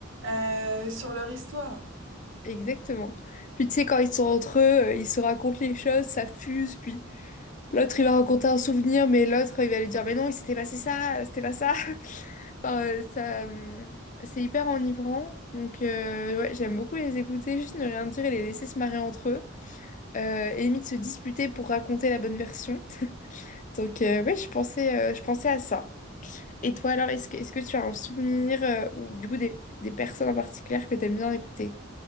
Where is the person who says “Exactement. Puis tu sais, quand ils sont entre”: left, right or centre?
Left